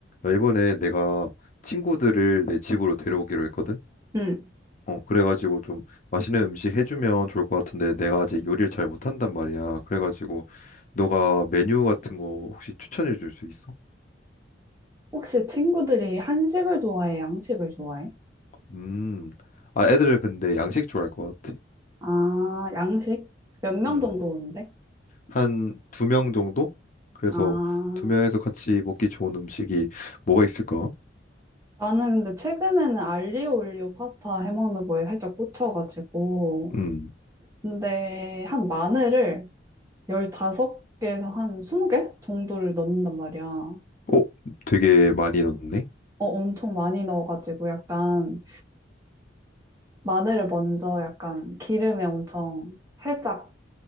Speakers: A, on the left (about 45°); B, on the right (about 15°).
A: 야, 이번에 내가 친구들을 내 집으로 데려오기로 했거든?
B: 응.
A: 어, 그래가지고 좀 맛있는 음식 해주면 좋을 것 같은데 내가 아직 요리를 잘 못한단 말이야. 그래가지고 너가 메뉴 같은 거 혹시 추천해 줄 수 있어?
B: 혹시 친구들이 한식을 좋아해, 양식을 좋아해?
A: 음, 아, 애들은 근데 양식 좋아할 것 같아.
B: 아, 양식? 몇 명
A: 음,
B: 정도 오는데?
A: 한 두 명 정도? 그래서
B: 아,
A: 두 명에서 같이 먹기 좋은 음식이 뭐가 있을까?
B: 나는 근데 최근에는 알리오 올리오 파스타 해먹는 거에 살짝 꽂혀가지고.
A: 음,
B: 근데 한 마늘을 15개에서 한 20개 정도를 넣는단 말이야. 어,
A: 어, 되게 많이 넣네?
B: 엄청 많이 넣어가지고 약간 마늘을 먼저 약간 기름에 엄청 살짝